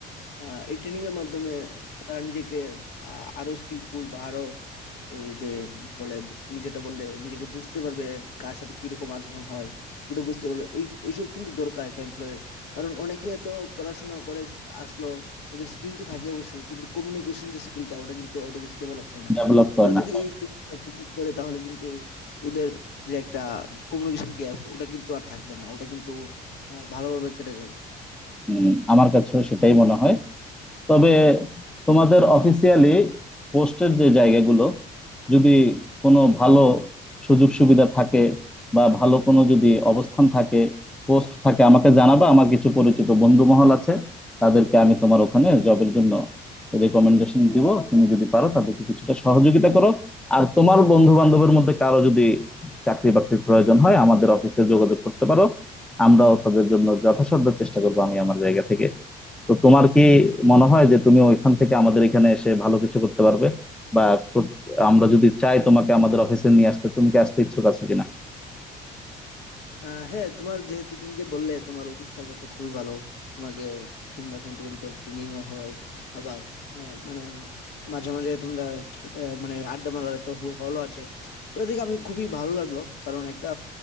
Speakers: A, on the left; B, in the centre.
A: আহ, এই ট্রেনিং এর মাধ্যমে তারা নিজেকে আ- আরো স্কিলফুল বা আরো এই যে বলে তুমি যেটা বললে নিজেকে বুঝতে পারবে কার সাথে কিরকম আচরণ হয় ওটা বুঝতে পারবে এই এইসব কিন্তু দরকার একটা এমপ্লয়ের কারণ অনেকে তো পড়াশোনা করে আসলো ওদের স্কিল তো থাকে অবশ্যই কিন্তু কমিউনিকেশন যে স্কিলটা ওটা কিন্তু অত বেশি ডেভেলপ হয় না
B: ডেভেলপ করে
A: ওরা
B: না
A: যদি এই কোর্সটা কমপ্লিট করে তাহলে কিন্তু ওদের যে একটা কমিউনিকেশন গ্যাপ ওটা কিন্তু আর থাকবে না ওটা কিন্তু আহ, ভালোভাবে কেটে যাবে
B: হম আমার কাছেও সেটাই মনে হয় তবে তোমাদের অফিসিয়ালি পোস্টের যে জায়গাগুলো যদি কোনো ভালো সুযোগ সুবিধা থাকে বা ভালো কোনো যদি অবস্থান থাকে পোস্ট থাকে আমাকে জানাবা আমার কিছু পরিচিত বন্ধু মহল আছে তাদেরকে আমি তোমার ওখানে জবের জন্য রেকমেন্ডেশন দিব তুমি যদি পারো তাদেরকে কিছুটা সহযোগিতা করো আর তোমার বন্ধু বান্ধবের মধ্যে কারো যদি চাকরি বাকরির প্রয়োজন হয় আমাদের অফিসে যোগাযোগ করতে পারো আমরাও তাদের জন্য যথাসাধ্য চেষ্টা করবো আমি আমার জায়গা থেকে তো তোমার কি মনে হয় যে তুমি ওইখান থেকে আমাদের এখানে এসে ভালো কিছু করতে পারবে বা কর- আমরা যদি চাই তোমাকে আমাদের অফিসে নিয়ে আসতে তুমি কি আসতে ইচ্ছুক আছো কিনা
A: আহ হ্যাঁ তোমার যেহেতু তুমি যে বললে তোমার অফিস কালচারটা খুবই ভালো তোমাকে তিন মাস অন্তর অন্তর ট্রেনিং হয় আবার আহ, মানে মাঝে মাঝে তোমরা খে- আহ, মানে আড্ডা মারার একটা হলও আছে ওটা দেখে আমি খুবই ভালো লাগলো কারণ একটা